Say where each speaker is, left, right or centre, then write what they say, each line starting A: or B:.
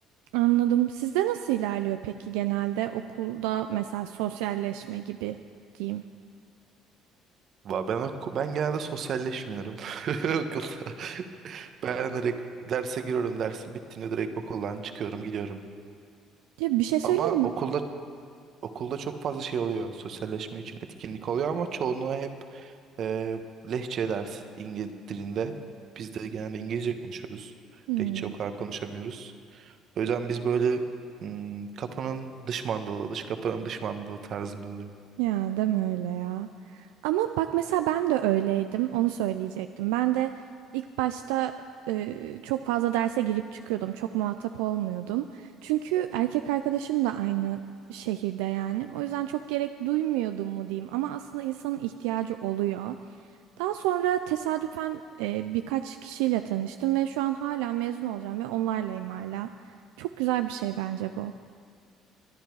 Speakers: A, on the right (about 80°); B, on the right (about 60°).
A: Anladım. Sizde nasıl ilerliyor peki genelde okulda mesela sosyalleşme gibi diyeyim?
B: Va- Ben oku- ben genelde sosyalleşmiyorum <laughs> okulda. Ben direkt derse giriyorum. Dersin bittiğinde direkt okuldan çıkıyorum, gidiyorum.
A: Ya bir şey söyleyeyim
B: Ama
A: mi?
B: okulda okulda çok fazla şey oluyor. Sosyalleşme için etkinlik oluyor ama çoğunluğu hep Ee, Lehçe dersi İngiliz dilinde. Biz de genelde İngilizce konuşuyoruz.
A: Hmm,
B: Lehçe o kadar konuşamıyoruz. O yüzden biz böyle hmm, kapının dış mandalı, dış kapının dış mandalı tarzında oluyor.
A: Ya deme öyle ya. Ama bak mesela ben de öyleydim. Onu söyleyecektim. Ben de ilk başta e, çok fazla derse girip çıkıyordum. Çok muhatap olmuyordum. Çünkü erkek arkadaşım da aynı şehirde yani. O yüzden çok gerek duymuyordum mu diyeyim. Ama aslında insanın ihtiyacı oluyor. Daha sonra tesadüfen e, birkaç kişiyle tanıştım ve şu an hala mezun olacağım ve onlarlayım hala. Çok güzel bir şey bence bu.